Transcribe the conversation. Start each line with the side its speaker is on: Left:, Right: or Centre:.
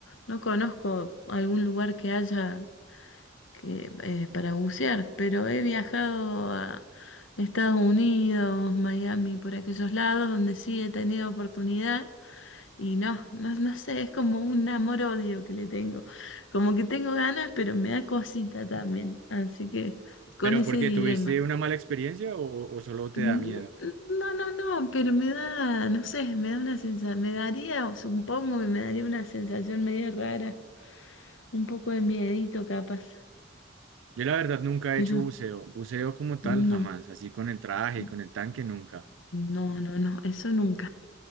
Left: no conozco algún lugar que haya que, eh, para bucear, pero he viajado a Estados Unidos, Miami, por aquellos lados donde sí he tenido oportunidad y no, no, no sé, es como un amor-odio que le tengo. Como que tengo ganas, pero me da cosita también, así que con
Right: ¿Pero
Left: ese
Right: por qué?
Left: dilema.
Right: ¿Tuviste una mala experiencia o, o solo te
Left: Mm,
Right: da miedo?
Left: No, no, no, pero me da, no sé, me da una sensación, me daría, o supongo que me daría una sensación medio rara, un poco de miedito capaz,
Right: Yo la verdad nunca
Left: pero
Right: he hecho buceo, buceo como tal
Left: no,
Right: jamás, así con el traje,
Left: mm,
Right: y con el tanque, nunca.
Left: no, no, no, eso nunca.